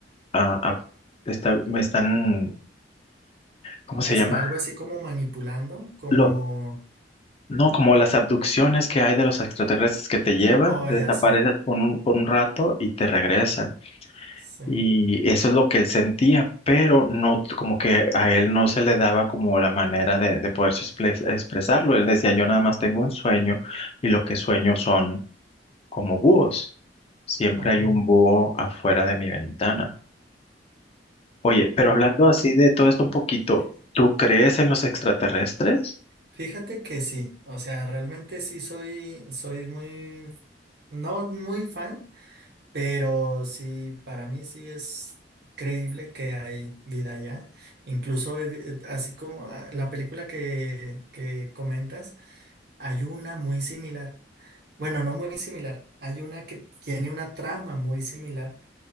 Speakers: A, on the left; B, on the right.
A: ah, ah, está- me están, ¿cómo se
B: ¿Qué
A: llama?
B: será? Algo así como manipulando, como...
A: Los, no, como las abducciones que hay de los extraterrestres que te llevan,
B: Oh,
A: te
B: ya
A: desapareces
B: sé.
A: por un, por un rato y te regresan.
B: Sí.
A: Y eso es lo que él sentía, pero no, t- como que a él no se le daba como la manera de, de poder expresarlo. Él decía, yo nada más tengo un sueño y lo que sueño son como búhos. Siempre
B: Ajá.
A: hay un búho afuera de mi ventana. Oye, pero
B: Ok.
A: hablando así de todo esto un poquito,
B: Fí-
A: ¿tú crees en los extraterrestres?
B: Fíjate que sí. O sea, realmente sí soy, soy muy... No muy fan, pero sí, para mí sí es creíble que hay vida allá. Incluso he vi- así como ah, la película que, que comentas. Hay una muy similar. Bueno, no muy similar. Hay una que tiene una trama muy similar,